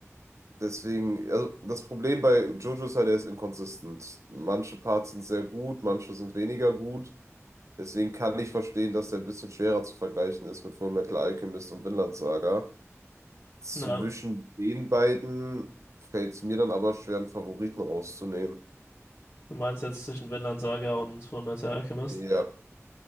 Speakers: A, on the right; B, on the left.
A: Deswegen, also das Problem bei Jojo ist halt, er ist inkonsistent. Manche Parts sind sehr gut, manche sind weniger gut. Deswegen kann ich verstehen, dass der ein bisschen schwerer zu vergleichen ist mit Fullmetal Alchemist und Vinland Saga. Zwischen
B: ja.
A: den beiden fällt es mir dann aber schwer, einen Favoriten rauszunehmen.
B: Du meinst jetzt zwischen Vinland Saga und Fullmetal Alchemist?
A: Ja,